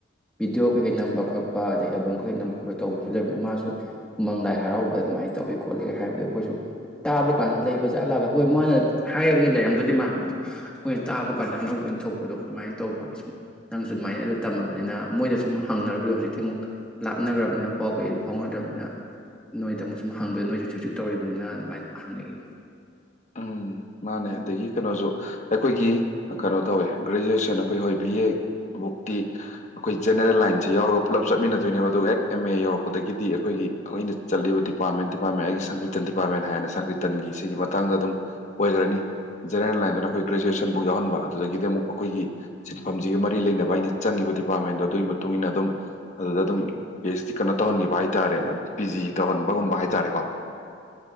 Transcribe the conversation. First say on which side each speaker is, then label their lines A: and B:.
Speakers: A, in the centre; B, on the left (about 40°).
A: ꯚꯤꯗꯤꯑꯣ ꯀꯩꯀꯩ ꯅꯝꯕ ꯈꯣꯠꯄ ꯑꯗꯗꯒꯤ ꯑꯦꯜꯕꯝ ꯀꯩꯀꯩ ꯅꯝꯕ ꯈꯣꯠꯄ ꯇꯧꯕꯁꯨ ꯂꯩꯕꯗ ꯃꯥꯁꯨ ꯎꯃꯪ ꯂꯥꯏ ꯍꯔꯥꯎꯕꯗ ꯑꯗꯨꯃꯥꯏꯅ ꯇꯧꯋ ꯈꯣꯠꯂꯤꯒ ꯍꯥꯏꯕꯗꯨꯣ ꯑꯩꯈꯣꯏꯁꯨ ꯇꯥꯕ ꯀꯥꯟꯗ ꯂꯩꯕ ꯖꯥꯠꯂꯥꯒ ꯍꯣꯏ ꯃꯥꯅ ꯍꯥꯏꯔꯕꯅꯤꯅ ꯂꯩꯔꯝꯗꯗꯤ ꯃ ꯑꯗꯨ ꯍꯣꯏꯅ ꯇꯥꯕ
B: ꯎꯝ
A: ꯀꯥꯟꯗ ꯑꯅꯧꯕ ꯑꯩꯅ ꯊꯣꯛꯄ ꯗꯣ ꯑꯗꯨꯃꯥꯏꯅ ꯇꯧꯕꯒꯤ ꯁꯨꯝ ꯅꯪꯁꯨ ꯑꯗꯨꯃꯥꯏꯅ ꯑꯗꯨ ꯇꯝꯃꯕꯅꯤꯅ ꯃꯣꯏꯗ ꯁꯨꯝ ꯍꯪꯅꯔꯨꯕꯗꯣ ꯍꯧꯖꯤꯛꯇꯤ ꯑꯃꯨꯛ ꯂꯥꯞꯅꯈ꯭ꯔꯕꯅꯤꯅ ꯄꯥꯎ ꯀꯩ ꯑꯗꯨ ꯐꯥꯎꯅꯗ꯭ꯔꯕꯅꯤꯅ ꯅꯣꯏꯗ ꯑꯃꯨꯛ ꯁꯨꯝ ꯍꯪꯕꯗꯣ ꯅꯣꯏꯁꯨ ꯍꯧꯖꯤꯛ ꯍꯧꯖꯤꯛ ꯇꯧꯔꯤꯕꯅꯤꯅ ꯑꯗꯨꯃꯥꯏꯅ ꯍꯪꯉꯛꯏꯅꯤ
B: ꯎꯝ ꯃꯥꯅꯦ ꯑꯗꯒꯤ ꯀꯩꯅꯣꯁꯨ ꯑꯩꯈꯣꯏꯒꯤ ꯀꯩꯅꯣ ꯇꯧꯋꯦ ꯒ꯭ꯔꯦꯖꯨꯑꯦꯁꯟ ꯑꯩꯈꯣꯏ ꯍꯣꯏ ꯕꯤ ꯑꯦꯕꯨꯛꯇꯤ ꯑꯩꯈꯣꯏ ꯖꯦꯅꯦꯔꯦꯜ ꯂꯥꯏꯟꯁꯦ ꯌꯥꯎꯔꯒ ꯄꯨꯜꯂꯞ ꯆꯠꯃꯤꯟꯅꯗꯣꯏꯅꯦꯕ ꯑꯗꯨꯒ ꯍꯦꯛ ꯑꯦꯝ ꯑꯦ ꯌꯧꯔꯛꯄꯗꯒꯤꯗꯤ ꯑꯩꯈꯣꯏꯒꯤ ꯑꯩꯅ ꯆꯠꯂꯤꯕ ꯗꯤꯄꯥꯔꯠꯃꯦꯟ ꯗꯤꯄꯥꯔꯠꯃꯦꯟ ꯑꯩꯒꯤ ꯁꯪꯒꯤ꯭ꯔꯤꯇꯟ ꯗꯤꯄꯥꯔꯠꯃꯦꯟ ꯍꯥꯏꯅ ꯁꯪꯒꯤꯔꯤꯇꯟꯒꯤ ꯁꯤꯒꯤ ꯃꯇꯥꯡꯗ ꯑꯗꯨꯝ ꯑꯣꯏꯈ꯭ꯔꯅꯤ ꯖꯦꯅꯔꯦꯜ ꯂꯥꯏꯟꯗꯨꯅ ꯑꯩꯈꯣꯏ ꯒ꯭ꯔꯦꯖꯨꯑꯦꯁꯟꯐꯥꯎ ꯌꯥꯎꯍꯟꯕ ꯑꯗꯨꯗꯒꯤꯗꯤ ꯑꯃꯨꯛ ꯑꯩꯈꯣꯏꯒꯤ ꯁꯤꯟꯐꯝꯁꯤꯒ ꯃꯔꯤ ꯂꯩꯅꯕ ꯑꯩꯅ ꯆꯪꯉꯤꯕ ꯗꯤꯄꯥꯔꯠꯃꯦꯟꯗꯣ ꯑꯗꯨꯒꯤ ꯃꯇꯨꯡ ꯏ ꯃꯇꯨꯡꯏꯟꯅ ꯑꯗꯨꯝ ꯑꯗꯨꯗ ꯑꯗꯨꯝ ꯄꯤ ꯑꯩꯆ ꯗꯤ ꯀꯩꯅꯣ ꯇꯧꯍꯟꯈꯤꯕ ꯍꯥꯏꯇꯥꯥꯔꯦ ꯄꯤ ꯖꯤ ꯇꯧꯍꯟꯕꯒꯨꯝꯕ ꯍꯥꯏ ꯇꯔꯦꯀꯣ